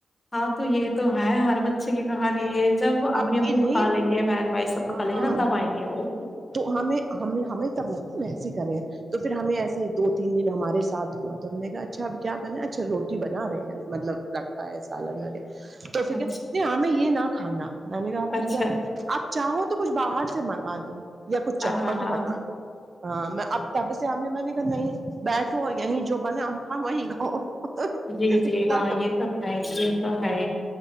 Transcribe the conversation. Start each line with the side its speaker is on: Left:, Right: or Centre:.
Left: ہاں تو یہ تو ہے ہر بچے کی کہانی یہ جب امی
Right: اب
Left: ابو
Right: انہیں
Left: کھا لیں گے بہن بھائی سب
Right: ہاں
Left: کھا لیں گے نا تب آئیں گے وہ
Right: تو ہم ہمیں تب لگتا ہے ایسے کر رہے ہیں تو پھر ہمیں ایسے ہی دو تین دن ہمارے سھ ہوا تو ہم نے کہا اچھا اب کیا بنا ہے اچھا روٹی بنا رہے ہیں مطلب رکھا ہے سالن میںیرہ تو پھر
Left: اچھا
Right: کیا نہیں ہاںیں یہ نہ کھانا میں نے پھر
Left: اچھا
Right: کیا کھانا آپ چاہو تو کچھ باہر سے منگا دو تو <unintelligible> یا کچھ
Left: ہاں
Right: چٹپٹ
Left: ہاں
Right: بنا دو میں اب تب سےیں میں نے نہیں بیٹھو اور یہیں جو م ہمخ میں گا
Left: جی جی ہاں
Right: تو
Left: یہ ہے یہ تو ہے